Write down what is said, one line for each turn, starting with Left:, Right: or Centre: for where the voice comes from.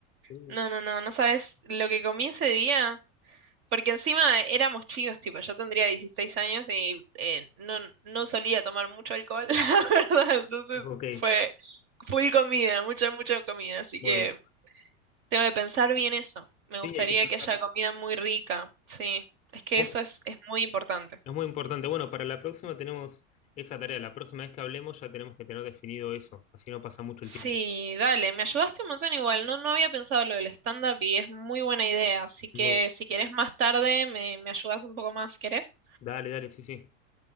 Left: sí,
Right: No, no, no, no sabes lo que comí ese día, porque encima éramos chicos, tipo, yo tendría 16 años y eh, no, no solía tomar mucho alcohol, <laughs> la verdad, entonces
Left: ok,
Right: fue full comida, mucha, mucha comida, así
Left: muy
Right: que...
Left: bien.
Right: Tengo que pensar bien eso. Me
Left: Sí,
Right: gustaría
Left: hay que pensar
Right: que haya
Left: eso.
Right: comida muy rica. Sí, es que
Left: Bueno,
Right: eso es, es muy importante.
Left: es muy importante. Bueno, para la próxima tenemos esa tarea. La próxima vez que hablemos ya tenemos que tener definido eso. Así no pasa mucho
Right: Sí,
Left: el tiempo.
Right: dale, me ayudaste un montón igual. No, no había pensado lo del stand-up y es muy buena idea. Así que
Left: Muy bueno.
Right: si querés más tarde, me, me ayudas un poco más, ¿querés?
Left: Dale, dale, sí, sí.